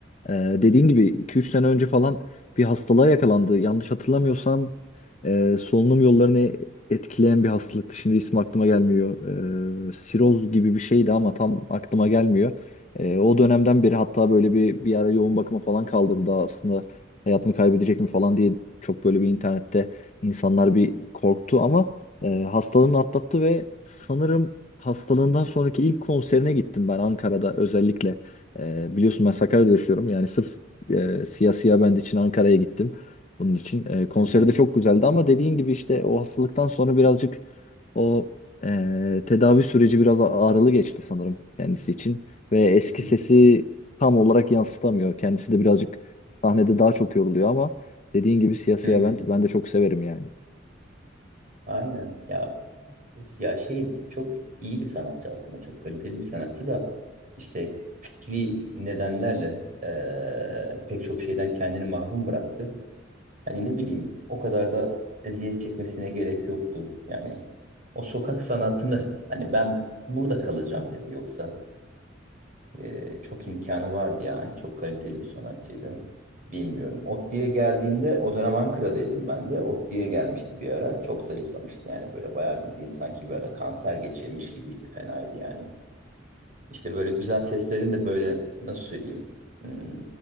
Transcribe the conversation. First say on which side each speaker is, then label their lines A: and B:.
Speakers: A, on the left; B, on the right.
A: E, dediğin gibi 2-3 sene önce falan bir hastalığa yakalandı. Yanlış hatırlamıyorsam e, solunum yollarını etkileyen bir hastalıktı. Şimdi ismi aklıma gelmiyor. E, siroz gibi bir şeydi ama tam aklıma gelmiyor. E, o dönemden beri hatta böyle bir bir ara yoğun bakıma falan kaldırıldı aslında hayatını kaybedecek mi falan diye çok böyle bir internette insanlar bir korktu ama e, hastalığını atlattı ve sanırım hastalığından sonraki ilk konserine gittim ben Ankara'da özellikle E, biliyorsun ben Sakarya'da yaşıyorum yani sırf e, Siyah Siyah Band için Ankara'ya gittim bunun için e, konseri
B: Hı hı,
A: de çok güzeldi ama dediğin gibi işte o hastalıktan sonra birazcık o e, tedavi süreci biraz ağrılı geçti sanırım kendisi için ve eski
B: hı hı,
A: sesi tam olarak yansıtamıyor. Kendisi de birazcık sahnede daha çok yoruluyor ama dediğin gibi Siyah Siyah
B: hı hı.
A: ben, ben de çok severim yani.
B: Aynen. Ya ya şey çok iyi bir sanatçı aslında. Çok kaliteli bir sanatçı da işte fikri nedenlerle eee, pek çok şeyden kendini mahrum bıraktı. Hani ne bileyim o kadar da eziyet çekmesine gerek yoktu. Yani o sokak sanatını hani ben burada kalacağım dedi. Yoksa e, çok imkanı vardı yani. Çok kaliteli bir sanatçıydı. Bilmiyorum. Otti'ye geldiğinde o dönem Ankara'daydım ben de. Otti'ye gelmişti bir ara. Çok zayıflamıştı yani böyle bayağı bildiğin sanki böyle kanser geçirmiş gibiydi. Fenaydı yani. İşte böyle güzel seslerin de böyle nasıl söyleyeyim hmm,